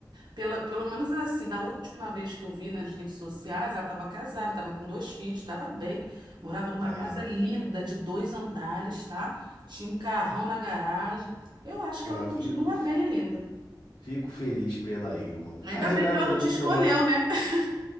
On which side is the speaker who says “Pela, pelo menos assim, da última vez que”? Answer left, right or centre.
Right